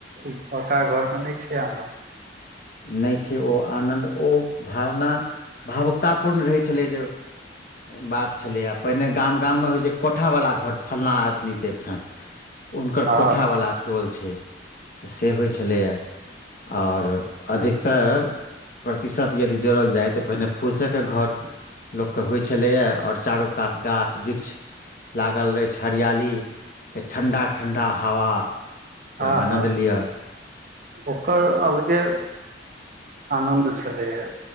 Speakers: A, on the right; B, on the left.
A: पका घरमे नहि छै आनन्द
B: नइ छै ओ आनन्द ओ भावना भावुकताापूर्ण रहै छलै जे बात छलै पहिने गाम गाममे होइ छै कोठावला घर फलाँ आदमीके छनि <inaudible> हुनकर
A: हँ
B: कोथावला टोल छै से होइ छलैए आओर अधिकतर प्रतिशत यदि जोड़ल जाय तऽ पहिने फूसेके घर लोकके होइ छलैए आओर चारू कात गाछ वृक्ष लागल अछि हरिियालीके ठण्डा ठण्डा हवा के आनन्द
A: आह
B: लिअ
A: ओकर अलगे आनन्द छलैएा